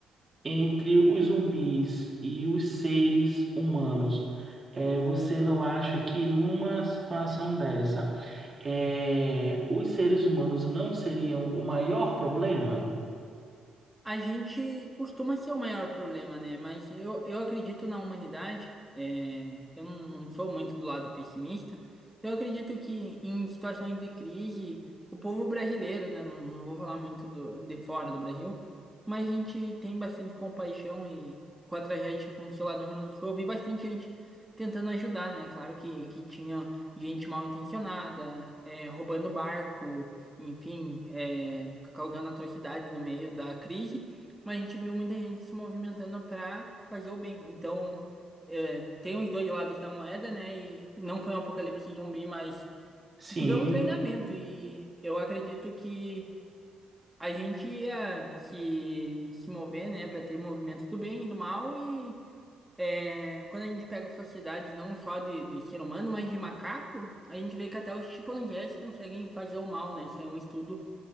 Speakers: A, on the right; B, in the centre.
A: entre os zumbis e os seres humanos, é, você não acha que numa situação dessa, é, os seres humanos não seriam o maior problema?
B: A gente costuma ser o maior problema, né? Mas eu, eu acredito na humanidade. é, eu não, não sou muito do lado pessimista. Eu acredito que em situações de crise, o povo brasileiro, né? Não, não vou falar muito do, de fora do Brasil, mas a gente tem bastante compaixão e com a tragédia que aconteceu lá no Rio Grande do Sul, eu vi bastante gente tentando ajudar, né? Claro que, que tinha gente mal intencionada, é, roubando barco enfim, é, causando atrocidade no meio da crise, mas a gente viu muita gente se movimentando para fazer o bem. Então, é, tem os dois lados da moeda, né? E não foi um apocalipse zumbi, mas
A: Sim,
B: tudo é um treinamento. E eu acredito que a gente ia se, se mover, né, para ter movimento do bem e do mal. E é, quando a gente pega a sociedade, não só de, de ser humano, mas de macaco, a gente vê que até os chimpanzés conseguem fazer o mal, né? Isso é um estudo